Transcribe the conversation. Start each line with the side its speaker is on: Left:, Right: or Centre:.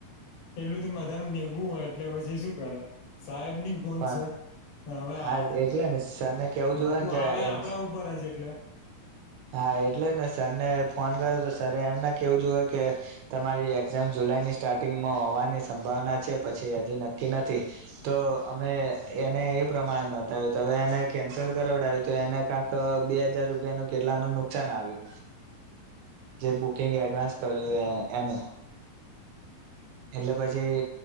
Left: પેલું તો બધા મેઘું હોય એટલે પછી શું કરે ટાઈમની ભૂલ
Right: પણ
Left: છે પણ હવે
Right: હા એટલે ને સરને કેવું
Left: બ
Right: જોવે
Left: તું
Right: ને કે
Left: આવે આપડા
Right: એક્ઝામ
Left: ઉપર હ છે એટલે
Right: હા એટલે ને સરને ફોન કર્યો તો સર એમ ના કેવું જોુએ કે તમારી એક્ઝામ જુલાઈની સ્ટાર્ટિંગમાં હોવાની સંભાવના છે પછી હજી નક્કી નથી તો અમે એને એ પ્રમાણે નોંધાવ્યું હવે એને કેન્સલ કરાવડાવ્યું તો એને કંક બે હજાર રૂપિયાનું કેટલા ન નુકસાન આવ્યું જે ક એડવાન્સ કર્યું એનું એટલે પછી